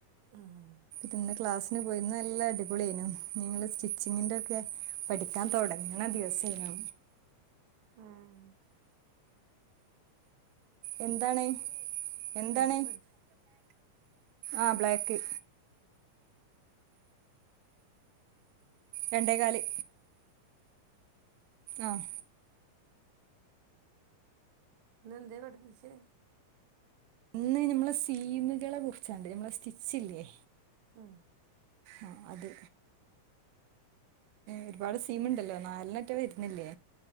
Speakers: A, on the right; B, on the right.
A: ഉം.
B: പിന്നെ ക്ലാസ് പോയി നല്ല അടിപൊളിനും നിങ്ങള് സ്റ്റിച്ചിങ്ങിന്റെ ഒക്കെ പഠിക്കാൻ തുടങ്ങണ ദിവസന
A: ഉം.
B: എന്താണ് എന്താണ്
A: ഇന്നെന്തേ പഠിപ്പി
B: ആഹ ബ്ലാക്ക് രണ്ടേ കാലി ആഹ
A: ഇന്ന് എന്ത പഠപ്പിച്ചേ
B: ഇന്ന് നമ്മളെ സീമുകളെ കുറിച്ചണ്ട് നമ്മളെ സ്റ്റിിച്ച ഇല്ലേ
A: ഉം.
B: ആ അത് ഒരുപാട് സീമുണ്ടല്ലോ നാലിനെ മറ്റ വരുന്നില്ലേ